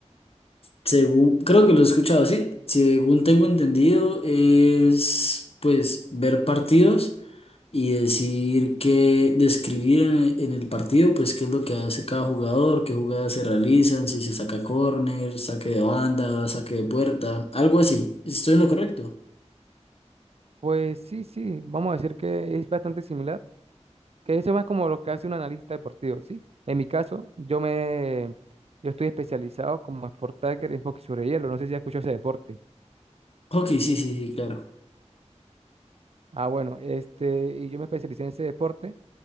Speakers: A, on the left; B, on the right.
A: Según, creo que lo he escuchado así, según tengo entendido, es pues ver partidos y decir que, describir en, en el partido, pues qué es lo que hace cada jugador, qué jugadas se realizan, si se saca córner, saque de banda, saque de puerta, algo así. ¿Estoy en lo correcto?
B: Pues sí, sí, vamos a decir que es bastante similar Que eso es más como lo que hace un analista deportivo, ¿sí? En mi caso, yo me, yo estoy especializado como Sport Tagger en hockey sobre hielo, no sé si has escuchado ese deporte.
A: Ok, sí, sí, sí, claro.
B: Ah, bueno, este, y yo me especialicé en ese deporte